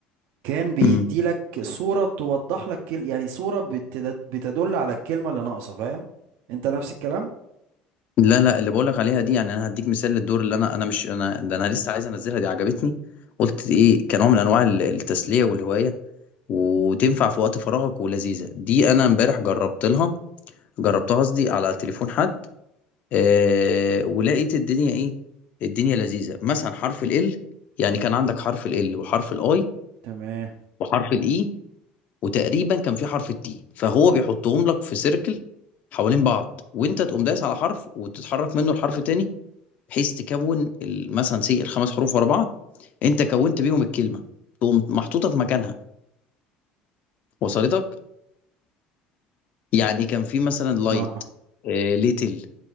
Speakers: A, on the right; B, on the left.
A: كان بيدي
B: مم.
A: لك صورة توضح لك كل يعني صورة بتد- بتدل على الكلمة اللي ناقصة فاهم أنت نفس الكلام؟
B: لا لا اللي بقولك عليها دي يعني أنا هديك مثال للدور اللي أنا أنا مش أنا ده أنا لسه عايز أنزلها دي عجبتني قلت دي إيه كنوع من أنواع ال- التسلية والهواية وتنفع في وقت فراغك ولذيذة دي أنا امبارح جربت لها جربتها قصدي على تليفون حد آه ولقيت الدنيا إيه الدنيا لذيذة مثلا حرف ال L يعني كان عندك حرف ال L وحرف الاي
A: تمام
B: وحرف الاي وتقريبا كان في حرف التي فهو بيحطهم لك في سيركل حوالين بعض وانت تقوم دايس على حرف وتتحرك منه لحرف تاني بحيث تكون ال- مثلا سي الخمس حروف ورا بعض انت كونت بيهم الكلمه تقوم محطوطه في مكانها وصلتك يعني كان في مثلا لايت
A: اه
B: آه ليتل